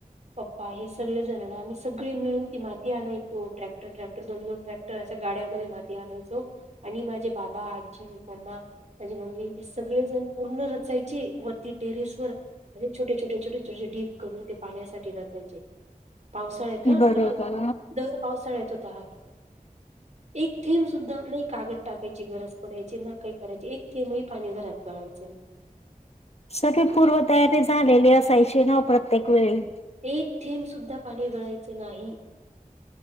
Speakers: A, on the right; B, on the left.
A: पप्पा हे सगळ जण ना आम्ही सगळी मिळून ती माती आणायचो ट्रॅक्टर ट्रॅक्टर दोन दोन ट्रॅक्टर अस गाड्यामध्ये माती आणायचो आणि माझे बाबा आजी मम्मा त्याझ मम्मी सगळेजण पूर्ण रचायची वरती टेरेस वर म्हण छोटे छोटे छोटे छोटे ढिग करून ते पाण्यासाठी रचायचे. पावसाळ्यात हं
B: बरोबर
A: दर पावसाळ्यात होतो हात. <inaudible> एक थेंब सुद्धा नाही कागद टाकायची गरज पडायची ना काही करायची एक थेंबही पाणी घरात गळायचे
B: सगळी पूर्वतयाने झालेली असायची नाव प्रत्येक वेळी
A: एक थेंब सुुद्धा पाणी गळायचं नाही